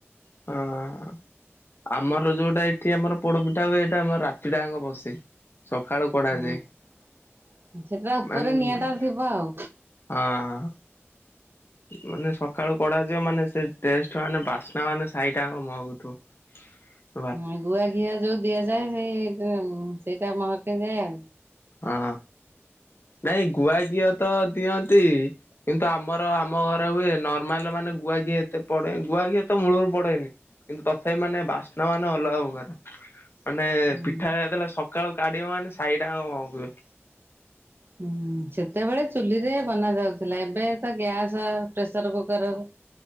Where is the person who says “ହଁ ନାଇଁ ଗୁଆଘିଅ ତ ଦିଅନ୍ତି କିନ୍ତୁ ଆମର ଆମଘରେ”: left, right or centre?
Left